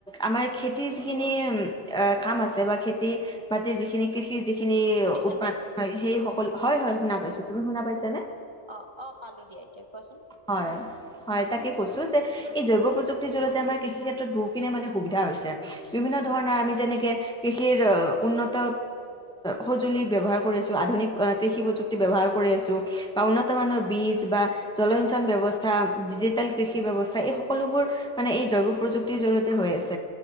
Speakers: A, in the centre; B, on the right.
A: আমাৰ খেতিৰ যিখিনি কাম আছে বা খেতি-বাতিৰ যিখিনি কৃষি যিখিনি
B: শুনিছানে
A: উৎপাদন হয়, সেই সকল হয় হয়, শুনা পাইছো। তুমি, শুনা পাইছেনে?
B: অ' অ' পালো দিয়া, এতিয়া কোৱাচোন।
A: হয় হয়, তাকে কৈছো যে এই জৈৱ প্ৰযুক্তিৰ জৰিয়তে আমাৰ কৃষি ক্ষেত্ৰত বহুখিনিয়ে মানে সুবিধা হৈছে, বিভিন্ন ধৰণৰ আমি যেনেকে কৃষিৰ উন্নত সঁজুলি ব্যৱহাৰ কৰি আছোঁ আধুনিক কৃষি প্ৰযুক্তি ব্যৱহাৰ কৰি আছোঁ বা উন্নত মানৰ বীজ বা জলসিঞ্চন ব্যৱস্থা ডিজিটেল কৃষি ব্যৱস্থা এই সকলোবোৰ মানে এই জৈৱ প্ৰযুক্তিৰ জৰিয়তে হৈ আছে।